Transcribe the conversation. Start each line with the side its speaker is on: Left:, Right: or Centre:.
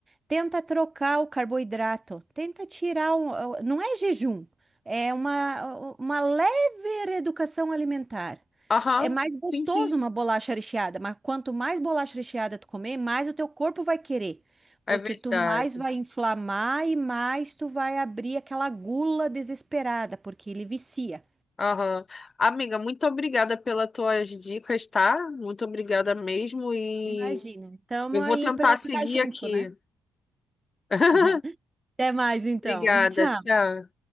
Right: Tenta trocar o carboidrato, tenta tirar um, não é jejum, é uma, uma leve reeducação alimentar.
Left: Aham,
Right: É mais gostoso
Left: sim, sim.
Right: uma bolacha recheada, mas quanto mais bolacha recheada tu comer, mais o teu corpo vai querer,
Left: É
Right: porque
Left: verdade.
Right: tu mais vai inflamar e mais tu vai abrir aquela gula desesperada, porque ele vicia.
Left: Aham. Amiga, muito obrigada pelas tuas dicas, tá? Muito obrigada mesmo e
Right: Imagina. Estamos
Left: eu
Right: aí
Left: vou tentar
Right: para
Left: seguir
Right: ficar junto,
Left: aqui.
Right: né?
Left: <laughs>
Right: <laughs> Até mais então.
Left: Obrigada,
Right: Tchau.
Left: tchau.